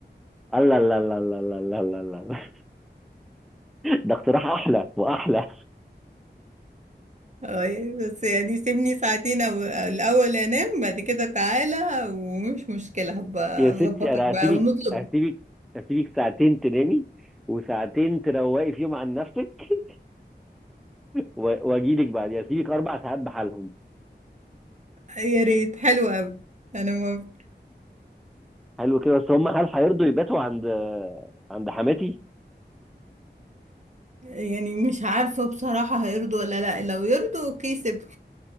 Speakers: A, in the centre; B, on the right (about 40°).
A: الله الله الله الله الله الله الله الله الله. ده اقتراح احلى واحلى
B: اه بس يعني سيبني ساعتين او الاول انام بعد كده تعالى ومش مشكلة هبقى
A: يا ستي
B: اظبطك
A: انا
B: بقى
A: هسيبك
B: ونطلب
A: هسيبك هسيبك ساعتين تنامي وساعتين تروقي فيهم عن نفسك <laughs> و- واجيلك بعد يعني هسيبك اربع ساعات بحالهم
B: يا ريت حلو قوي انا ما
A: حلو كده بس هم هل هيرضوا يباتوا عند عند حماتي
B: يعني مش عارفة بصراحة هيرضوا ولا لا لو يرضوا اوكي سيب